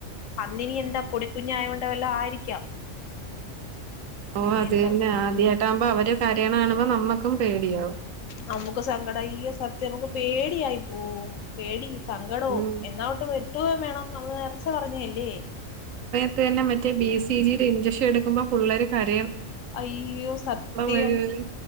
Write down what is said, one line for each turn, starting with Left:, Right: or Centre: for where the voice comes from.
Left: അന്നിനി എന്താ പൊടിക്കുഞ്ഞ ആയതോണ്ട് വല്ലാം ആയിരിക്കാം
Right: ഓ അതന്നെ
Left: എന്തോ
Right: ആദ്യട്ടാകുമ്പോ അവ കാര്യനാ കാണുമ്പോ നമ്മുക്കും പേടിയാവും
Left: നമുക്ക് സങ്കട ഈ സത്യം നമുക്ക് പേടിയായി പോവും പേടി സങ്കടവും
Right: ഉം
Left: എന്നാവട്ട് വെട്ടുക വേണം നമ്മള് എറച്ചി പറഞ്ഞല്ലേ
Right: അതെന്നെ ബി സി ജി ടെ ഇൻ ജെക്ഷൻ എടുക്കുമ്പോ പുള്ളേര് കര്
Left: അയ്യോ സത്യം
Right: വരും